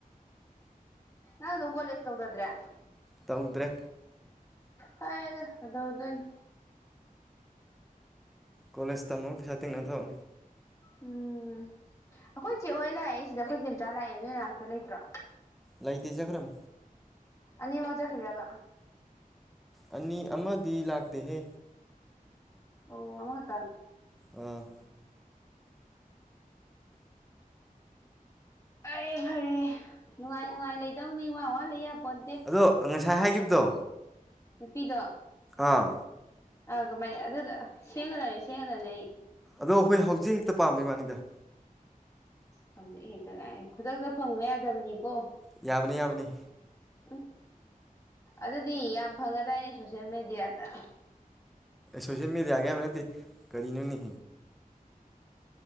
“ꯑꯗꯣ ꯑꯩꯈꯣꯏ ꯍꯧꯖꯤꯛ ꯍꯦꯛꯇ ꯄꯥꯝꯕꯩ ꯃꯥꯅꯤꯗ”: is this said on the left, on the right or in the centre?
Centre